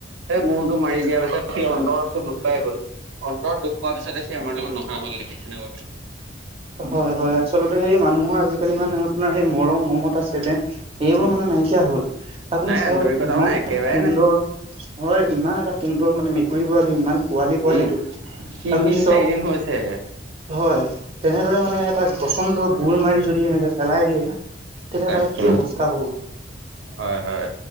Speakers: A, on the right (about 80°); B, on the right (about 30°).
A: সে গোৰটো মাৰি দিয়া পিছত সি অন্তৰতটো দুখ পাই গল। অন্তৰত দুখ পোৱাৰ পিছতে সি আমাৰ লগত নোহোৱা হ'ল দেখিছেনে বাৰু।
B: হয়, হয়। আচলতে সেই মানুহৰ আজি-কালি মানে আপোনাৰ সেই মৰম, মমতা, চেনেহ এইবোৰ
A: উম,
B: মানে নাইকিয়া হ'ল। আপুনি
A: নাই
B: চাওঁক
A: আন্তৰিকতাও
B: ইমান
A: নাই একেবাৰে
B: <unintelligible> সুন্দৰ
A: নাই
B: হয়, ইমান এটা সুন্দৰ মানে মে কুৰী পোৱালি ইমান পোৱালি পোৱালিটো,
A: উম, তিনদিন
B: আপুনি চক
A: চাৰিদিন হৈছেহে।
B: হয়, তেনেদৰে মানে তাক পচন্দ গুৰ মাৰি যদি এনেকে পেলাই দিয়ে তেন্তে
A: তাকে
B: তাৰ কি অৱস্থা হ'ব?
A: হয়, হয়।